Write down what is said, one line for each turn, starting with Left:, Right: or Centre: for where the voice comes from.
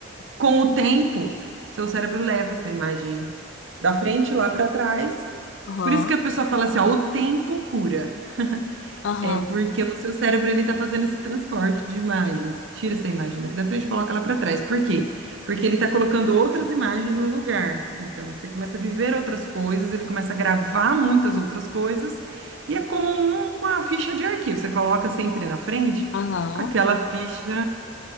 Right: Com o tempo, seu cérebro leva essa imagem da frente lá para trás.
Left: Aham.
Right: Por isso que a pessoa fala assim, ó, o tempo cura.
Left: Aham.
Right: É porque o seu cérebro ele tá fazendo esse transporte de imagens. Tira essa imagem daqui da frente e coloca ela para trás. Por quê? Porque ele tá colocando outras imagens no lugar. Então, você começa a viver outras coisas, ele começa a gravar muitas outras coisas. E é como um- uma ficha de arquivo. Você coloca sempre na frente
Left: Aham.
Right: aquela ficha